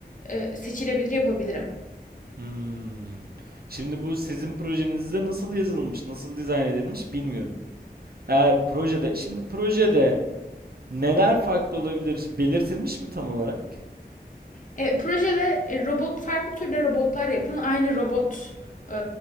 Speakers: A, on the left; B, on the right.
A: eee, seçilebilir yapabilirim.
B: Hmm. Şimdi bu sizin projenizde nasıl yazılmış, nasıl dizayn edilmiş bilmiyorum. Eğer projede, şimdi projede neler farklı olabilir belirtilmiş mi tam olarak?
A: E, projede e, robot farklı türde robotlar yapın. Aynı robot e,